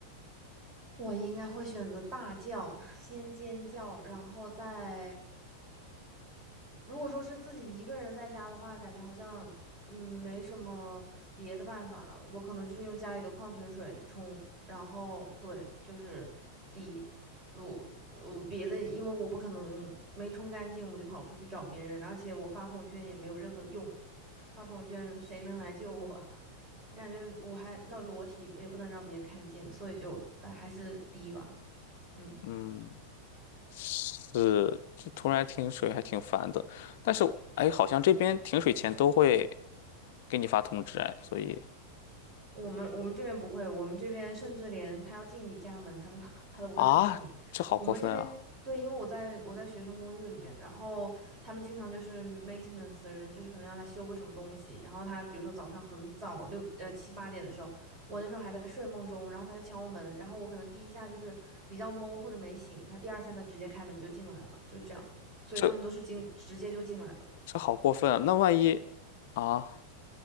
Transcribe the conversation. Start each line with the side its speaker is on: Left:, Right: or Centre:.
Right: 我应该会选择大叫，<laughs> 先尖叫，然后再如果说是自己一个人在家的话，感觉好像嗯没什么别的办法了。我可能就是用家里的矿泉水冲，然后对，就是滴。如如别的，因为我不可能没冲干净我就跑出去找别人，而且我发朋友圈也没有任何的用，发朋友圈谁能来救我？<laughs> 我感觉我还那裸体也不能让别人看见，所以就呃还是滴吧，嗯。
Left: 嗯，是，这突然停水还挺烦的，但是哎，好像这边停水前都会给你发通知哎，所以
Right: 我们我们这边不会，我们这边甚至连他要进你家门，他都 <laughs> 他都不会告诉你。
Left: 啊，这好过分啊，
Right: 我们这边对，因为我在我在学生公寓里面，然后他们经常就是 maintenance 的人，就是可能要来修个什么东西，然后他比如说早上很早六呃七八点的时候，我那时候还在睡梦中，然后他就敲门，然后我可能第一下就是比较懵或者没醒，他第二下他直接开门就进来了，就这样，所以他们都是进直接就进来的。
Left: 这这好过分啊，那万一啊，